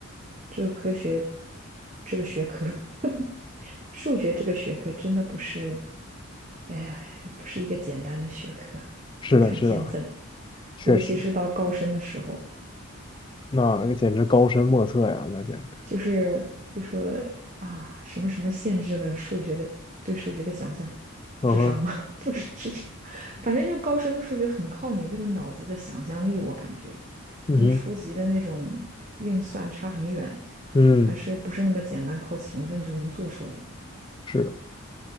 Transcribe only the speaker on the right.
这个科学，这个学科，<laughs> 数学这个学科真的不是，哎呀，不是一个简单的学科，
很看天分，
尤其是到高深的时候。
就是就说啊，什么什么限制了数学的对数学的想象，
智商吗？<laughs> 不是智商，反正这个高深的数学很靠你这个脑子的想象力，我感觉
跟初级的那种运算差很远，
还是不是那么简单靠勤奋就能做出来的。